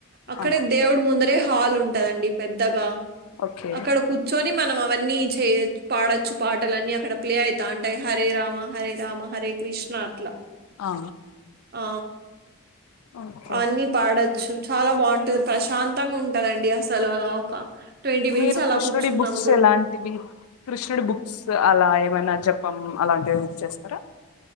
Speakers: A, on the right (about 45°); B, on the left (about 85°).
A: అక్కడే
B: ఆ
A: దేవుడు ముందరే హాల్ ఉంటదండి పెద్దగా
B: ఓకే
A: అక్కడ కూర్చొని మన అవన్నీ చేయచ్చు పాడొచ్చు పాటలు అన్నీ అక్కడ ప్లే అవుతాంటాయి హరే రామ హరే రామ హరే కృష్ణ కృష్ణాట్లా
B: ఆ
A: ఆ
B: ఓకే
A: అన్ని పాడొచ్చు చాలా బావుంటది ప్రశాంతంగా ఉంటదండి అసలు అదొ ఒక ట్వంటీ మినిట్స్
B: మీరు
A: అలా
B: కృష్ణుడి
A: కూర్చున్నాం
B: బుక్స్
A: కూడ
B: ఎలాంటివి కృష్ణుడి బుక్స్ అలా ఏమైనా జప్పం అలాంటివి ఏమైనా చేస్తారా